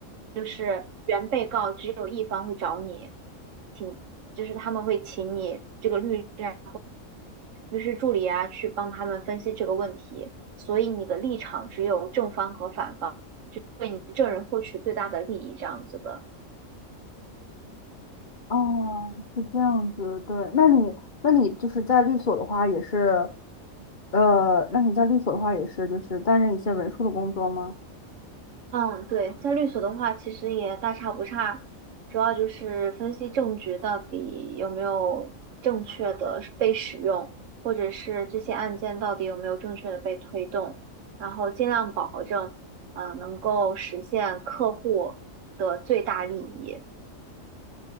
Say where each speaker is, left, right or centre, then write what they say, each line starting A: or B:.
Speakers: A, on the right; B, on the left.
A: 就是原被告只有一方会找你，请就是他们会请你这个律师啊。律师助理啊去帮他们分析这个问题。所以你的立场只有正方和反方，为你的证人获取最大的利益这样子的。
B: 哦，是这样子，对。那你，那你就是在律所的话，也是，呃，那你在律所的话，也是就是担任一些文书的工作吗？
A: 嗯，对，在律所的话，其实也大差不差，主要就是分析证据到底有没有正确的被使用，或者是这些案件到底有没有正确的被推动，然后尽量保证，啊，能够实现客户的最大利益。